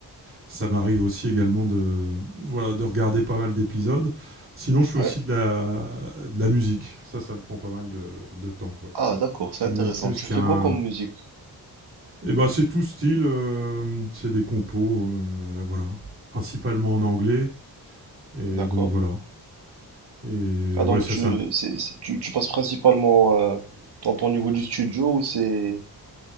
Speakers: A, on the right (about 35°); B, on the right (about 80°).
A: Ça m'arrive aussi également de, voilà, de regarder pas mal d'épisodes. Sinon, je fais aussi
B: Ouais.
A: de la, de la musique. Ça, ça me prend pas mal de, de temps, quoi.
B: Ah, d'accord,
A: C'est
B: c'est intéressant.
A: même plus
B: Tu
A: qu'un...
B: fais quoi comme musique?
A: Eh ben, c'est tout style. euh, c'est des compos, euh, voilà. Principalement en anglais. Et
B: D'accord.
A: donc, voilà. Et
B: Ah,
A: ouais,
B: donc
A: ça,
B: tu,
A: ça me...
B: c'est, c'est- tu, tu passes principalement euh, dans ton niveau du studio ou c'est,